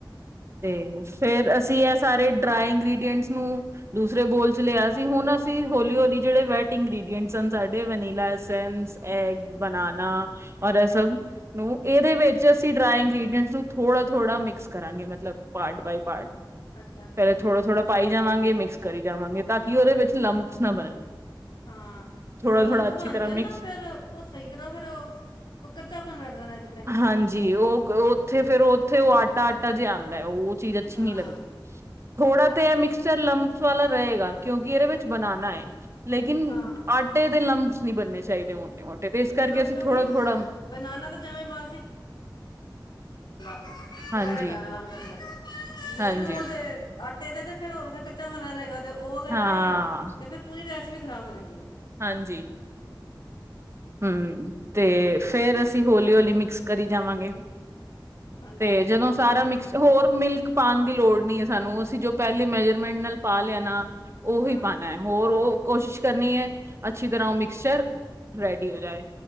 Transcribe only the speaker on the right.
ਤੇ ਫੇਰ ਅਸੀਂ ਇਹ ਸਾਰੇ ਡਰਾਈ ਇੰਗ੍ਰਰੀਡੀਐਂਟਸ ਨੂੰ ਦੂਸਰੇ ਬੋਲ ਚ ਲਿਆ ਸੀ ਹੁਣ ਅਸੀਂ ਹੌਲੀ-ਹੌਲੀ ਜਿਹੜੇ ਵੈਟ ਇੰਗ੍ਰਡੀਐਂਟਸ ਸਾਡੇ ਵਨੀਲਾ ਐਸੈਂਸ ਐਗ, ਬਨਾਨਾ
ਔਰ- ਨੂੰ ਇਹਦੇ ਵਿੱਚ ਅਸੀਂ ਡਰਾਈ ਇੰਗ੍ਰਡੀਂਟਸ ਨੂੰ ਥੋੜਾ- ਥੋੜਾ ਮਿਕਸ ਕਰਾਂਗੇ ਮ- ਮਤਲਬ ਪਾਰਟ ਬਾਏ ਪਾਰਟ-
ਪਹਿਲੇਾਂ ਥੋੜਾ-ਥੋੜਾ ਪਾਈ ਜਾਵਾਂਗੇ ਮਿਕਸ- ਕਰੀ ਜਾਵਾਂਗੇ ਤਾਂ ਕਿ ਉਹਦੇ ਵਿੱਚ ਲੰਬਸ ਨਾ ਬਣਨ-
ਥੋੜਾ
ਥੋੜਾ ਅੱਛੀ
ਤਰ੍ਹਾਂ
ਮਿਕਸ
ਹਾਂਜੀ ਉਹ ਉੱਥੇ ਫੇਰ ਉੱਥੇ ਉਹ ਆਟਾ- ਆਟਾ ਜਿਹਾ ਆਂਦਾ। ਲ਼ੈ ਉਹ- ਚੀਜ਼ ਅੱਛੀ
ਨਹੀਂੀ ਲੱਦੀ ਥੋੜਾ ਤਾਂ ਮਿਕਸਚਰ ਲੰਮ- ਵਾਲਾ ਰਹੇਗਾ ਕਿਉਂਕਿ ਇਹਦੇ ਵਿੱਚ ਬਨਾਨਾ ਏ- ਲੇਕਿਨ
ਆਟੇ ਦੇ ਲਮਸ ਨਹੀਂੀ ਬਣਨੇ ਚਾਹੀਦੇ ਮੋਟੇ- ਮੋਟੇ ਤੇ ਇਸ ਕਰਕੇ
ਅਸੀਂ
ਥੋੜਾ-ਥੋੜਾ।
ਹਾਂਜੀ।
ਹਾਂਜੀ
ਹਾਂ,
ਹਾਂਜੀ। ਹੂੰ, ਤੇ ਫੇਰ ਅਸੀਂ ਹੌਲੀ-ਹੌਲੀ ਮਿਕਸ ਕਰੀ ਜਾਵਾਂਗੇ।
ਤੇ
ਜਦੋਂ ਸਾਰਾ ਮਿਕਸ ਹੋਰ ਮਿਲ ਕ ਪਾਣ ਦੀ ਲੋੜ ਨਹੀਂ ਹੈ ਸਾਨੂੰ ਅਸੀਂ ਜੋ ਪਹਿਲੀ ਮੈਜਰਮੈਂਟ ਨਾਲ ਪਾ ਲਿਆ ਨਾ ਉਹੀ
ਪਾਣਾ ਹੈ ਹੋਰ ਓ ਕੋਸ਼ਿਸ਼ ਕਰਨੀ ਐ ਅੱਛੀ ਤਰ੍ਹਾਂ
ਉਹ ਮਿਕਸਚਰ ਰੈਡੀ ਹੋ ਜਾਏ।